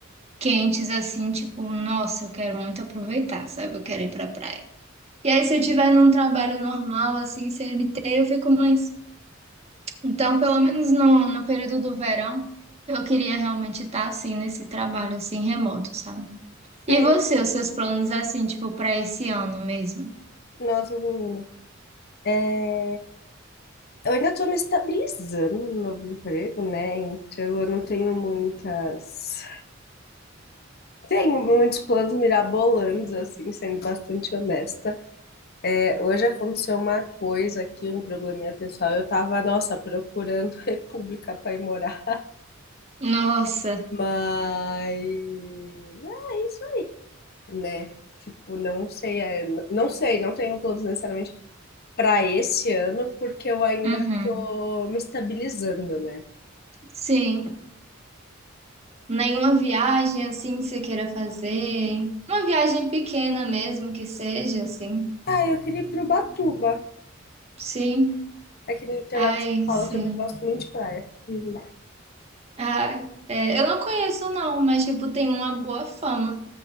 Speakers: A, on the right; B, on the left.
A: quentes, assim, tipo, nossa, eu quero muito aproveitar, sabe? Eu quero ir pra praia. E aí, se eu tiver num trabalho normal, assim, CLT, eu fico mais. Então, pelo menos no, no período do verão, eu queria realmente estar assim nesse trabalho assim remoto, sabe?
B: Você,
A: E você, os seus planos assim, tipo, para esse ano mesmo?
B: nossa menina. É, Eu ainda estou me estabilizando no novo emprego, né? Então eu não tenho muitas. Tenho muitos planos mirabolantes, assim, sendo bastante honesta. É, hoje aconteceu uma coisa aqui, um probleminha pessoal. Eu tava, nossa, procurando <laughs> república para ir morar.
A: Nossa,
B: Mas é isso aí, né? Tipo, não sei, é, não sei, não tenho planos necessariamente para esse ano, porque eu ainda
A: uhum.
B: tô me estabilizando, né?
A: Sim. Nenhuma viagem assim que você queira fazer. Uma viagem pequena mesmo que seja, assim.
B: Ah, eu queria ir pro Batuba.
A: Sim.
B: Aqui no litoral
A: Ai,
B: de São Paulo,
A: sim.
B: eu também gosto muito de praia. Uhum.
A: Ai, é, eu não conheço não, mas tipo, tem uma boa fama.